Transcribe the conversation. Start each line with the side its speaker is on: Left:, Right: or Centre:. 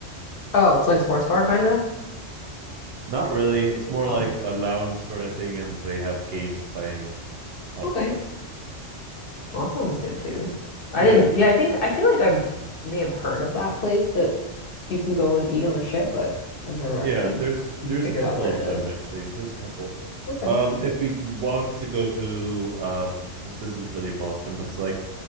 Left: Oh, it's like a sports bar kinda?
Right: Not really. It's more
Left: Oh,
Right: like a lounge sort of thing, and they have games playing out
Left: okay.
Right: there.
Left: Well, that sounds good too. I
Right: Yeah.
Left: didn't, yeah, I think I feel like I may have heard of that place that you can go and eat on a ship, but I've never actually
Right: Yeah, there's there's
Left: figured
Right: a couple
Left: out where
Right: of
Left: it is.
Right: them actually. There's a couple.
Left: Okay.
Right: Um, if we want to go to um, this isn't really Boston, but it's like